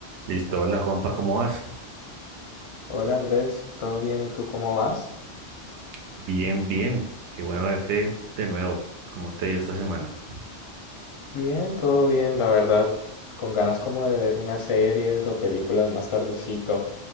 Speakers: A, on the right; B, on the left.
A: Listo, hola Juanpa, ¿cómo vas?
B: Hola Andrés, ¿todo bien? ¿Y tú cómo vas?
A: Bien, bien, qué bueno verte de nuevo, ¿cómo te dio esta semana?
B: Bien, todo bien, la verdad. Con ganas como de ver unas series o películas más tardecito.